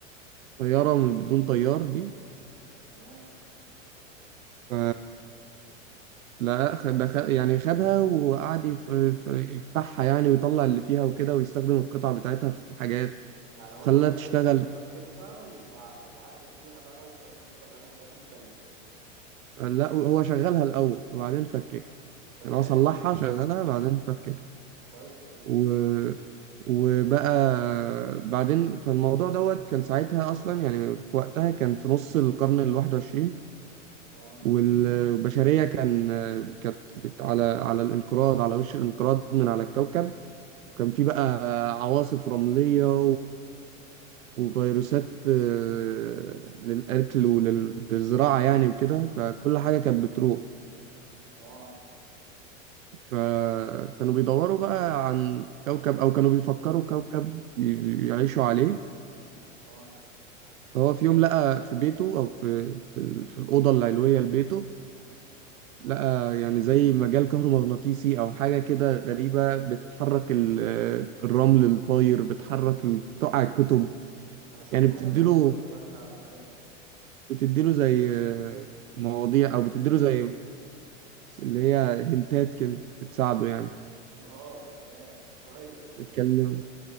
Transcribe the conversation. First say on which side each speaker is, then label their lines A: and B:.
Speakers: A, on the right (about 85°); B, on the right (about 50°).
A: طياره من بدون طيار دي
B: تمام
A: ف لا خ- ده خ... يعني خدها وقعد يف... يف- يفتحها يعني ويطلع اللي فيها وكده ويستخدم القطع بتاعتها في حاجات
B: يعني هو
A: وخلاها
B: خد
A: تشتغل
B: الطيارة فككها وع- وعدل فيها بقى واستخدم الكتب بتاعتها في حاجات مختلفة
A: لا هو شغلها الأول وبعدين فككها
B: تمام
A: يعني هو صلحها
B: تمام
A: شغلها بعدين فككها
B: كويس والله
A: و... وبقى بعدين فالموضوع دوت كان ساعتها أصلا يعني في وقتها كان في نص القرن الواحد وعشرين
B: اه
A: والبشرية كان كانت بت- على على الانقراض على وش الانقراض من على الكوكب وكان في بقى عواصف رملية وفيروسات آه، للأكل وللزراعة يعني وكده فكل حاجة كانت بتروح
B: اه
A: فكانوا بيدوروا بقى عن كوكب أو كانوا بيفكروا كوكب ي- يعيشوا عليه
B: اه
A: فهو في يوم لقى في بيته أو في في ال- في الأوضة العلوية لبيته لقى يعني زي مجال كهرومغناطيسي أو حاجة كده غريبة بتحرك ال- آه، الرمل الطاير بتحرك ال- بتقع الكتب
B: انا شفت
A: يعني بتديله
B: حاجة زي كده والله فعلا ايوه
A: بتديله زي آه، مواضيع او بتديله زي بس اللي هي هنتات كده بتساعده يعني
B: <laughs> اه تمام كويس والله
A: بتكلمه